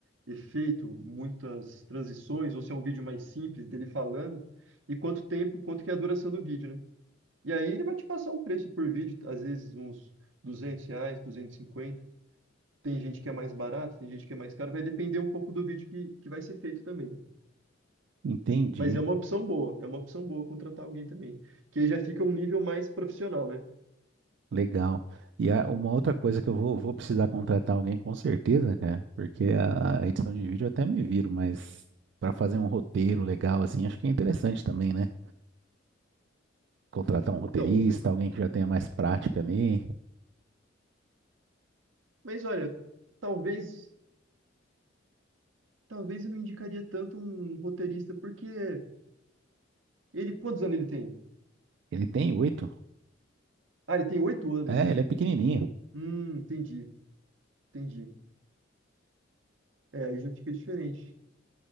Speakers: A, on the right; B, on the right.
A: efeito, muitas transições, ou se é um vídeo mais simples dele falando, e quanto tempo, quanto que é a duração do vídeo, né? E aí ele vai te passar um preço por vídeo, às vezes uns 200 reais, 250. Tem gente que é mais barato, tem gente que é mais caro. Vai depender um pouco do vídeo que, que vai ser feito também.
B: Entendi.
A: Mas é uma opção boa, é uma opção boa contratar alguém também. Que aí já fica um nível mais profissional, né?
B: Legal. E a- uma outra coisa que eu vou, vou precisar contratar alguém com certeza, cara, porque a, a edição de vídeo eu até me viro, mas para fazer um roteiro legal assim, acho que é interessante também, né? Contratar um roteirista,
A: Então,
B: alguém que já tenha mais prática ali.
A: mas olha, talvez, talvez eu não indicaria tanto um roteirista, porque ele, quantos anos ele tem?
B: Ele tem oito.
A: Ah, ele tem oito anos.
B: É, é, ele é pequenininho.
A: Hum, entendi, entendi. É, aí já fica diferente.